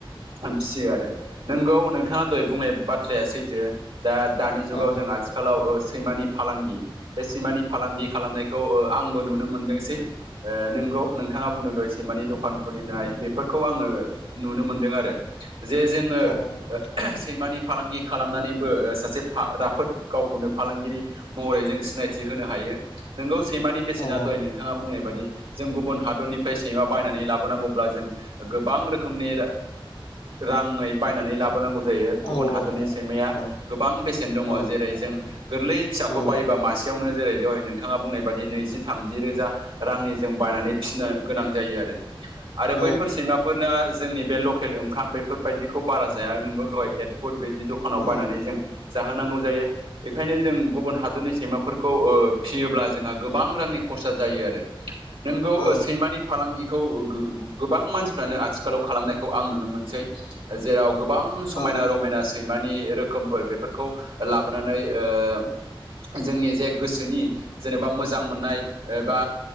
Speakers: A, on the right; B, on the left.
A: फियो आरो नोंगौ नोंथाङा दहाय बुंनाय बाथ्राया सैथो। दा -दानि
B: औ
A: जुगाव जों आथिखालाव सैमानि फालांगि बे सैमानि फालांगि खालामनायखौ आंबो नुनो मोनदोंसै नोंगौ नोंथाङा बुंदों दहाय सै -मानि दखान खुलिनाय बेफोरखौ आङो नुनो मोनदों आरो। जे जोङो
B: औ
A: सैमानि फालांगि खालामनानैबो सासे राफोद गावखौनो फालांगिरि महरै जों सिनायथि होनो हायो नोंगौ सैमानि बेसेना
B: औ औ
A: दय नोंथाङा बुङै बादि जों गुबुन हादरनिफ्राय सैमा बायनानै लाबोनांगौब्ला जों गोबां रोखोमनि राङै बायनानै लाबो नांगौ जायो
B: औ
A: गुबुन हादोरनि सैमाया
B: औ
A: गोबां बेसेन दङ
B: औ
A: जेरै जों गोरलै फिसाखौ
B: औ
A: बायोबा मासे दहाय नोंथाङा बुंनाय बाददि नैजि- थामजि रोजा रांनि जों बायनानै फिनो गोनां जायो आरो। आरो
B: औ
A: बैफोर सैमाफोरना जोंनि बे लकेल ओंखाम बेफोरबायदिखौ बारा जाया नोंगौ दहाय एदपुट बिदि दखानाव
B: औ
A: बायनानै जों जाहोनांगौ जायो बेखायनो जों गुबुन हादरनि सैमाफोर -खौ फियोब्ला जोंहा गोबां रांनि खरसा जायो आरो। नोंगौ
B: औ
A: सैमानि फालांगिखौ गोबां मानसिफ्रानो आथिखालाव खालामनायखौ आं नुनो मोनसै जेराव गोबां समायना
B: औ
A: रमायना सैमानि रो खोमफोर बेफोरखौ लाबोनानै ओ जोंनि जे गोसोनि जेनेबा मोजां मोननाय एबा